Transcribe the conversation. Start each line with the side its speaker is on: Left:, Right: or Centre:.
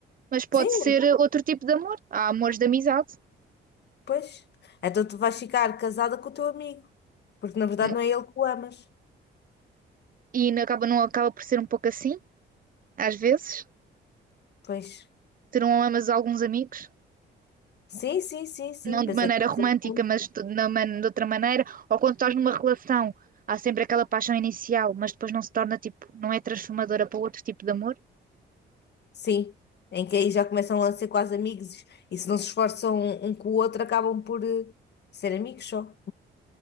Right: mas pode
Left: Sim,
Right: ser eh, outro tipo de amor. Há amores de amizade
Left: pois. Então tu vais ficar casada com o teu amigo, porque na verdade
Right: Hum,
Left: não é ele que o amas.
Right: e não acaba, não acaba por ser um pouco assim, às vezes.
Left: Pois.
Right: Terão amas alguns amigos,
Left: Sim, sim, sim, sim.
Right: não
Left: Pensa
Right: de maneira
Left: dessa
Right: romântica,
Left: forma.
Right: mas de, na, de outra maneira. Ou quando estás numa relação, há sempre aquela paixão inicial, mas depois não se torna tipo, não é transformadora para outro tipo de amor.
Left: Sim, em que aí já começam a ser quase amigos e se não se esforçam um, um com o outro acabam por eh, ser amigos só.